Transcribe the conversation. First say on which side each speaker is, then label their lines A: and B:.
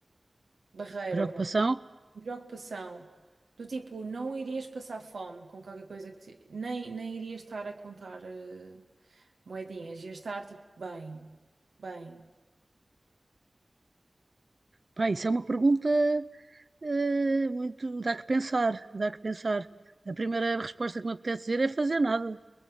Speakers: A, on the right; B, on the right.
A: barreira,
B: Preocupação?
A: uma preocupação, do tipo, não irias passar fome com qualquer coisa que te, nem, nem irias estar a contar, eh, moedinhas, ias estar tipo, bem, bem.
B: Pá, isso é uma pergunta eh, muito. Dá que pensar, dá que pensar. A primeira resposta que me apetece dizer é fazer nada.